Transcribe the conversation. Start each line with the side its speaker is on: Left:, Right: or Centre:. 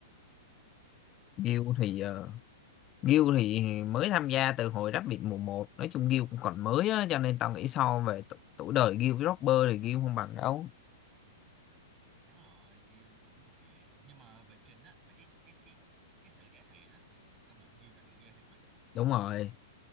Left: Gil thì uh, Gil thì mới tham gia từ hồi Rabbit mùa một nói chung Gil cũng còn mới á, cho nên tao nghĩ so về tu- tuổi đời Gil với Robber thì Gil không bằng đâu
Right: chán rồi Gil cũng thuộc về nhưng mà về trình á về cái cái cái cái sự cải thiện đó thì công nhận Gil cải thiện ghê thiệt mày
Left: đúng rồi